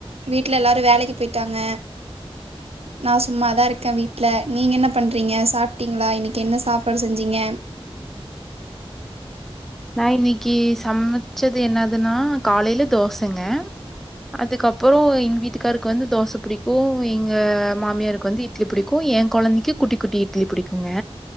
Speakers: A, on the right; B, in the centre.
A: வீட்ல எல்லாரோ வேலைக்கு போயிட்டாங்க நா சும்மாதா இருக்கே வீட்ல நீங்க என்ன பண்றீங்க சாப்ட்டீங்களா இன்னிக்கு என்ன சாப்பாடு செஞ்சீங்க
B: நா இன்னிக்கு சமச்சது என்னாதுனா காலைல தோசங்க அதுக்கப்பறோ எங்க வீட்டுக்கார்க்கு வந்து தோச பிடிக்கோ எங்க மாமியாருக்கு வந்து இட்லி பிடிக்கோ என் கொழந்தைக்கு குட்டி குட்டி இட்லி பிடிக்குங்க